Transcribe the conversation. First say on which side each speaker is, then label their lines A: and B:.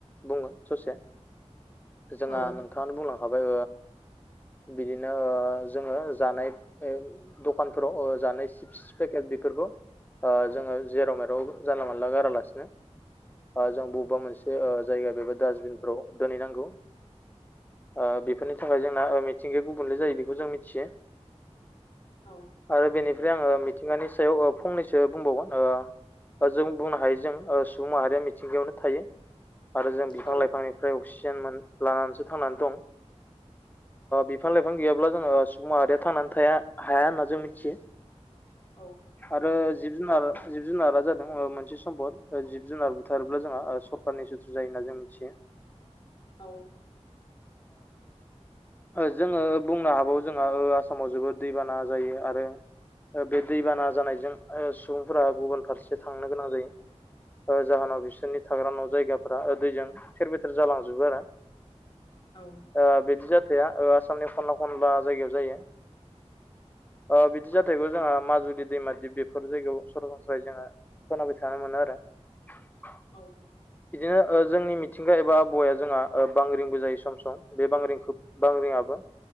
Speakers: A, on the left; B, on the left.
A: बुंगोन ससे। जोंहा
B: औ
A: नोंथाङानो बुंलांखाबाय बिदिनो जोङो जानाय दखानफोराव जानाय सिप्स पेकेट बेफोरखौ जोङो जेराव मेराव जानला मानला गारालासिनो जों बबेबा मोनसे जायगा बेबा डास्बिनफ्राव दोनहैनांगौ। बेफोरनि थाखाय जोंना मिथिंगाया गुबुनले जायो बेखौ जों मिथियो।
B: औ
A: आरो बेनिफ्राय आङो मिथिंगानि सायाव फंनै - सो बुंबावगोन आ जों बुंनो हायो जों सुबुं माहारिया मिथिंगायावनो थायो। आरो जों बिफां
B: औ
A: लाइफांनिफ्राय अक्सिजेन लानानैसो थांनानै दं बिफां लाइफां गैयाब्ला जोङो सुबुं माहारिया थांनानै थाया हाया होनना जों मिथियो।
B: औ
A: आरो जिब जुनार जिब जुनारा जादों मोनसे सम्पद जिब जुनार बुथारोब्ला जोंहा सरखारनि सुथुर जायो जों मिथियो
B: <inaudible>
A: ओ जोङो बुंनो हाबावो जोंहा आसामाव जोबोद दैबाना जायो आरो। बे दैबाना जानायजों सुबुंफोरा गुबुन फारसे थांनो गोनां जायो। जाहोनाव बिसोरनि थाग्रा न' जायगाफोरा दैजों थेर बेथेर जालांजोबो आरो
B: औ
A: ओ बिदि जाथाया ओ आसामनि खनला खनला जायगायाव जायो। <inaudible> ओ बिदि जाथायखौ जोंहा माजुलि दैमा दिप बेफोर जायगायाव सरासनस्राय जोङो खोनाबाय थानो मोनो आरो <inaudible>
B: औ।
A: बिदिनो जोंनि मिथिंगा एबा आबहावाया जोंहा ओ बांग्रिंबो जायो सम सम बे बांग्रिंखौ बांग्रिंआबो